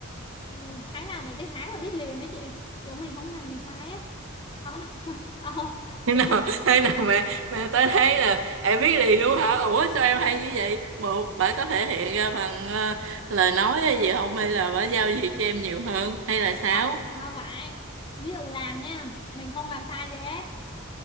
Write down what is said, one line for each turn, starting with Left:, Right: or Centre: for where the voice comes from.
Left: ừm, tháng nào mày tới tháng là biết liền đó chị kiểu mình không làm gì sai á ờ, <laughs> ờ,
Right: thế
Left: kiểu
Right: nào thế nào mà mà tôi thấy là em biết liền luôn hả ủa sao em hay như vậy một bà có thể hiện ra bằng ờ, lời nói hay gì không hay là bà giao việc cho em nhiều hơn hay là sao
Left: không không phải ví dụ làm nha mình không làm sai gì hết